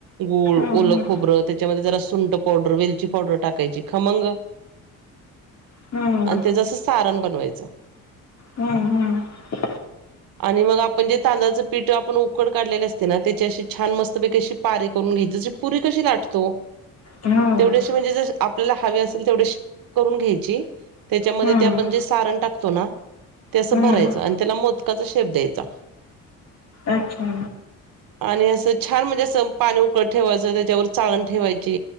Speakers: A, on the right (about 75°); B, on the left (about 50°).
A: गूळ
B: हम्म
A: ओलं खोबरं त्याच्यामध्ये जरा सुंट पावडर वेलची पावडर टाकायची खमंग <unintelligible>
B: हम्म
A: आणि तेज असं सारण बनवायचं.
B: हम्म हम्म
A: आणि मग आपण जे तांदळाचं पीठ आपण उकड काढलेले असते ना त्याची अशी छान मस्तपैकी अशी पारे करून घ्यायची जशी पुरी कशी लाटतो
B: हम्म हम्म
A: तेवढे अशे म्हणजे जशे आपल्याला हवे असेल तेवढे करून घ्यायची त्याच्यामध्ये
B: हम्म
A: आपण जस सारण टाकतो ना ते असं
B: हम्म
A: भरायचं आणि त्याला मोदकाचा शेप द्यायचा.
B: अच्छा
A: आणि असं छान म्हणजे असं पाणी उकडत ठेवायचं त्याच्यावर चाळण ठेवायची